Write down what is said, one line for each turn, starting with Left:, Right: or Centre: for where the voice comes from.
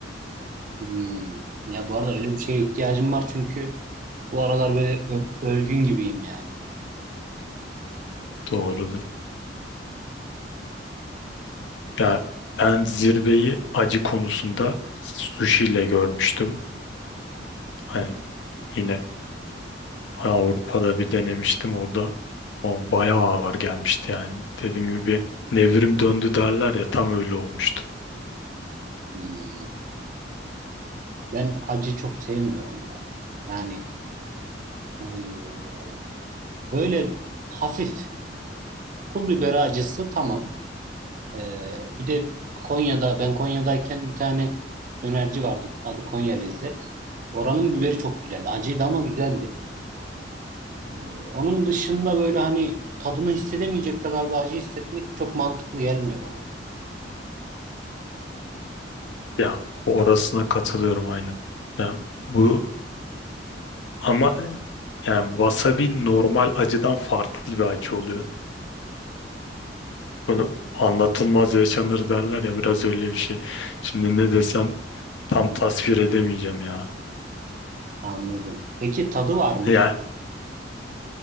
Right: Hmm. Ya bu arada öyle bir şeye ihtiyacım var çünkü bu aralar böyle ö- ölgün gibiyim yani.
Left: Doğrudur. Ya ben zirveyi acı konusunda sushi ile görmüştüm. Hani yine Avrupa'da bir denemiştim orada. O bayağı ağır gelmişti yani. Dediğim gibi bir nevrim döndü derler ya tam öyle olmuştu.
Right: Hmm. Ben acı çok sevmiyorum ya. Yani eee, böyle hafif pul biber acısı tamam. Ee, bir de Konya'da ben Konya'dayken bir tane dönerci vardı. Adı Konya Lezzet. Oranın biberi çok güzeldi. Acıydı ama güzeldi. Ee, onun dışında böyle hani tadını hissedemeyecek kadar bir acı hissetmek çok mantıklı gelmiyor bana.
Left: Ya orasına katılıyorum aynen. Yani bu ama yani wasabi normal acıdan farklı bir acı oluyor. Bunu anlatılmaz yaşanır derler ya biraz öyle bir şey. Şimdi ne desem tam tasvir edemeyeceğim ya.
Right: Anladım. Peki tadı var mı?
Left: Yani